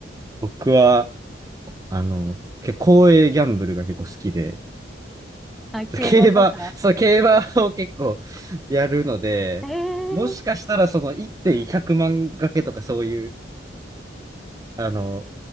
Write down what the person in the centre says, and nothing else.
あ、競馬とか。
えー、